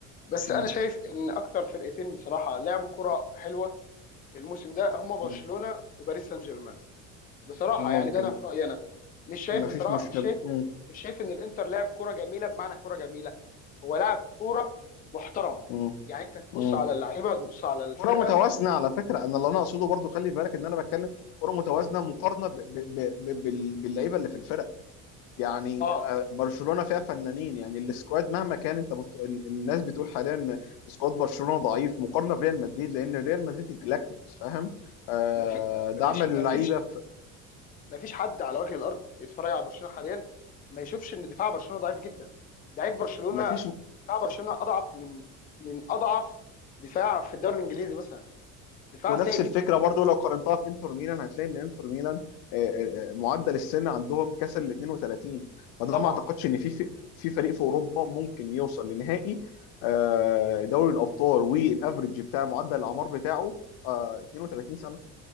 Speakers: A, on the left (about 25°); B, on the left (about 75°).
A: بس
B: م-
A: أنا شايف إن أكتر فرقتين بصراحة لعبوا كرة حلوة الموسم ده هما برشلونة
B: م-
A: وباريس سان جيرمان بصراحة
B: ممكن
A: يعني ده أنا في رأيي أنا مش شايف
B: مفيش
A: بصراحة
B: مشكلة
A: مش شايف
B: م-
A: مش شايف إن الإنتر لعب كرة جميلة بمعنى كرة جميلة هو لعب كرة محترمة
B: م-
A: يعني أنت تبص
B: م.
A: على اللعيبة تبص على الفرقة
B: كرة متوازنة على فكرة انا اللي انا اقصده برضو خلي بالك ان انا بتكلم كرة متوازنة مقارنة ب- ب- ب- ب- بال- باللعيبة اللي في الفرق يعني
A: أه
B: آه، برشلونة فيها فنانين يعني السكواد مهما كان انت بت... الناس بتقول حاليا ان سكواد برشلونة ضعيف مقارنة بريال مدريد لان ريال مدريد الجلاكتيكوس فاهم آه
A: مفيش مفيش
B: دعم اللعيبة
A: مفيش
B: في...
A: ما فيش حد على وجه الارض يتفرج على برشلونه حاليا ما يشوفش ان دفاع برشلونه ضعيف جدا ضعيف برشلونه
B: مفيش
A: دفاع برشلونه اضعف من من اضعف دفاع في الدوري الانجليزي مثلا دفاع
B: ونفس
A: سيء
B: الفكرة
A: جدا
B: برضو لو قارنتها في انتر ميلان هتلاقي ان انتر ميلان آه، آه، آه، معدل السن عندهم كسر ال 32 فده
A: طبعا
B: ما اعتقدش ان في في في فريق في اوروبا ممكن يوصل لنهائي آه، دوري الابطال والافرج بتاع معدل الاعمار بتاعه آه، 32 سنة